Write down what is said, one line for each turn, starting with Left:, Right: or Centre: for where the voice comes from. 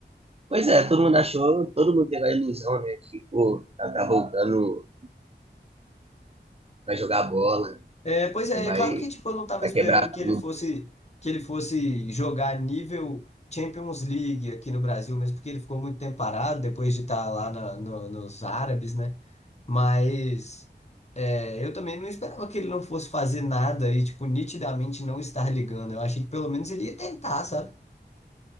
Right: Pois é, todo mundo achou, todo mundo teve a ilusão, né, que, pô, tá, tá voltando, vai jogar bola,
Left: É, pois é,
Right: né, vai,
Left: é claro que tipo, eu não estava
Right: vai
Left: esperando
Right: quebrar
Left: que
Right: tudo.
Left: ele fosse que ele fosse jogar nível Champions League aqui no Brasil, mesmo porque ele ficou muito tempo parado depois de estar lá na- no- nos Árabes, né? Mas é, eu também não esperava que ele não fosse fazer nada e, tipo, nitidamente não estar ligando. Eu achei que pelo menos ele ia tentar, sabe?